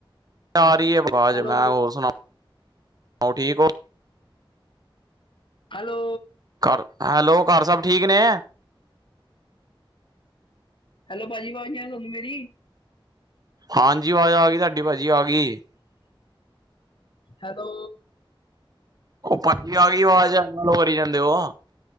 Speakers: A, on the right; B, on the left.
A: ਆ ਰਹੀ ਏ ਆਵਾਜ਼
B: ਹੈਲੋ
A: ਮੈਂ ਹੋਰ ਸੁਣਾ ਹੋਰ ਠੀਕ ਹੋ
B: ਹੈਲੋ
A: ਘਰ ਹੈਲੋ ਘਰ ਸਭ ਠੀਕ ਨੇ
B: ਹੈਲ ਭਾਜੀ ਆਵਾਜ਼ ਨੀ ਆ ਰਹੀ ਤੁਹਾਨੂੰ ਮੇਰੀ
A: ਹਾਂਜੀ ਆਵਾਜ਼ ਆ ਗਈ ਤੁਹਾਡੀ ਭਾਜੀ ਆ ਗਈ
B: ਹੈਲੋ
A: ਉਹ ਭਾਜੀ ਆਗੀ ਆਵਾਜ਼ <unintelligible>